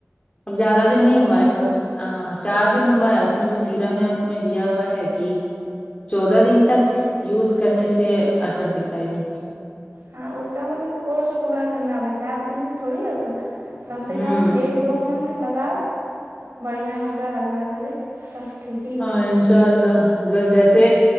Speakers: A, on the left (about 25°); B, on the right (about 60°).
A: اب زیادہ دن
B: دیکھو
A: نہیں ہوا ہے
B: اب
A: کم ہاں چار دن ہوا ہے اس میں جو سیرم ہے اس میں دیا ہوا ہے کہ چودہ دن تک یوز کرنے سے اثر دکھائے گا
B: ہاں اس کا مطلب کورس پورا کرنا ہو چار دن میں تھوڑی ہوگا کم سے
A: ہوں
B: کم ایک دو منتھ لگاؤ بڑھیا ہوگا اللہ کرے سب ٹھیک ہی ہوگا
A: ہاں انشاء اللہ بس جیسے